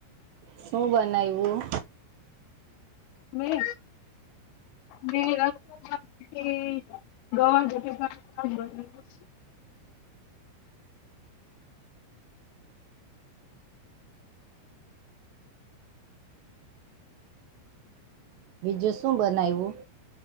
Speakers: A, on the right; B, on the left.
A: શું બનાવ્યું?
B: મેં? મે રસ બનવિયું છે, ગવાર બટેકા હું શાક બનાવ્યું છે.
A: બીજું શું બનાવ્યું?